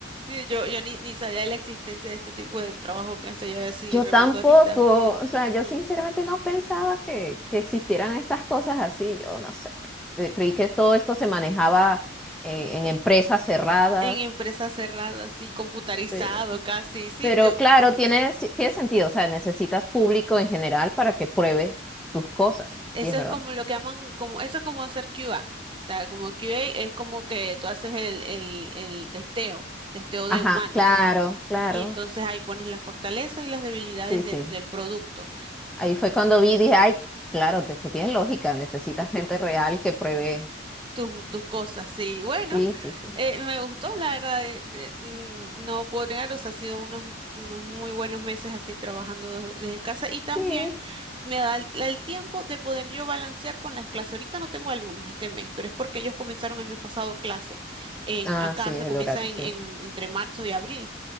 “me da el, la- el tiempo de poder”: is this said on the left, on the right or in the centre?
Right